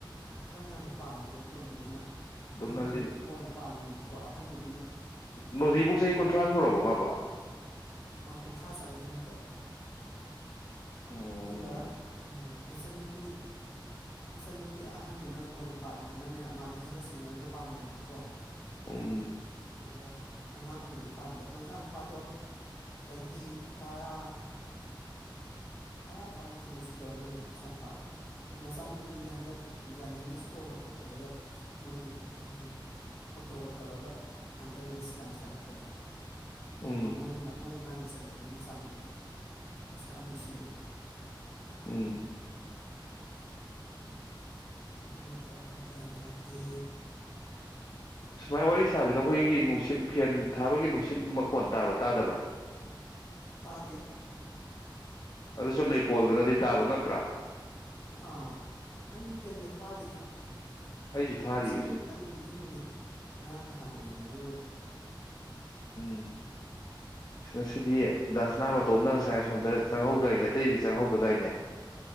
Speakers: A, on the left; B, on the left.
A: ꯈꯔ ꯉꯟꯅ ꯄꯥꯟꯈ꯭ꯔꯦ ꯑꯇꯣꯝꯕꯤꯗꯨꯅ
B: ꯑꯗꯨ
A: ꯑꯍꯟꯗꯨꯅ
B: ꯉꯜꯂꯤꯗꯨ
A: ꯀꯨꯝ ꯀꯣꯟꯅ ꯄꯥꯜꯂꯤꯅꯦꯕꯀꯣ ꯑꯍꯟꯗꯨꯗꯤ
B: ꯅꯣꯗꯤꯕꯨ ꯆꯍꯤ ꯀꯨꯟꯊ꯭ꯔꯥ ꯁꯨꯔꯕꯣ ꯃꯥꯕꯣ ꯑꯣ
A: ꯀꯨꯟꯊ꯭ꯔꯥ ꯆꯪꯉꯛꯏꯅꯦ ꯍꯟꯗꯛ <unintelligible>
B: ꯎꯝ
A: ꯑꯗꯨꯒ ꯎꯝ ꯃꯆꯟꯅꯨꯄꯤ ꯃꯆꯟꯅꯨꯄꯤ ꯑꯍꯟꯗꯨꯅ ꯀꯣꯟꯅ ꯄꯥꯜꯂꯤꯗꯨꯅꯅꯦ ꯃꯥꯗ ꯍꯥꯏꯅ ꯁꯤꯡꯅꯔꯒ ꯄꯥꯟꯕꯅꯦꯕꯀꯣ꯫
B: ꯎꯝ
A: ꯑꯗꯨꯒ ꯑꯉꯥꯡ ꯑꯣꯏꯅꯗꯤ ꯄꯥꯟꯕ ꯑꯗꯨ ꯃꯆꯥꯅꯨꯄꯥꯗꯣ ꯆꯍꯤ ꯇꯔꯥ ꯇꯔꯥ ꯇꯔꯥꯃꯥꯊꯣꯏꯃꯨꯛ ꯁꯨꯗꯣꯔꯝꯕꯅꯤ ꯃꯆꯥꯅꯨꯄꯥꯗꯣ ꯑꯗꯨ ꯃꯆꯥꯅꯨꯄꯤꯗꯨꯗꯤ ꯍꯟꯗꯛ ꯒ꯭ꯌꯥꯅꯥꯟꯅ ꯁꯣ ꯑꯃ ꯊꯣꯛꯄꯗꯒ ꯃꯣꯏꯒꯤ ꯎꯝ ꯐꯣꯇꯣꯒ ꯇꯧꯔꯒ ꯍꯟꯗꯛ ꯔꯤꯜꯁꯀ ꯌꯥꯝ ꯊꯥꯒꯠꯄꯅꯤ
B: ꯎꯝ
A: ꯃ ꯃꯣꯏꯒꯤ ꯃꯣꯏ ꯃꯥꯏ ꯆꯟꯅꯨꯄꯤ ꯃꯆꯥꯅꯨꯄꯤꯗꫭ ꯃꯁꯛ ꯌꯥꯝ ꯅꯨꯡꯁꯤꯕꯅꯤ
B: ꯎꯝ
A: ꯑꯗꯨꯅꯤ ꯇꯧꯔꯤꯖꯤ ꯒ꯭ꯌꯥꯟ ꯇꯥꯗꯦ
B: ꯁꯨꯃꯥꯏ ꯋꯥꯔꯤ ꯁꯥꯕꯖꯤꯅ ꯑꯩꯈꯣꯏꯒꯤ ꯅꯨꯡꯁꯤꯠ ꯐꯦꯟ ꯊꯥꯕꯒꯤ ꯅꯨꯡꯁꯤꯠ ꯃꯈꯣꯟ ꯇꯥꯕ꯭ꯔꯥ ꯇꯥꯗꯕ꯭ꯔꯥ
A: ꯇꯥꯗꯦ
B: ꯑꯗꯨ ꯆꯨꯝꯅꯩ ꯀꯣꯜꯗꯅꯗꯤ ꯇꯥꯕ ꯉꯛꯇ꯭ꯔꯥ
A: ꯑꯥ ꯑꯩ ꯐꯦꯟꯒ ꯊꯥꯗꯦꯗ
B: ꯑꯩꯁꯨ ꯊꯥꯔꯤ
A: ꯉꯁꯤꯅ
B: ꯍꯧꯖꯤꯛ
A: ꯈꯤꯇꯪꯕꯨꯗꯤ ꯏꯪꯉꯤ ꯉꯔꯥꯡ ꯅꯍꯥꯟꯒ ꯌꯦꯡꯅꯔꯨꯔꯗꯤ
B: ꯎꯝ ꯉꯁꯤꯗꯤ ꯗꯥꯁꯅꯥ ꯃꯇꯣꯝꯗ ꯉꯁꯥꯏ ꯑꯁꯣꯝꯗ ꯆꯪꯍꯧꯗꯏꯅꯦ ꯑꯇꯩꯗꯤ ꯆꯪꯍꯧꯗꯗꯥꯏꯅꯦ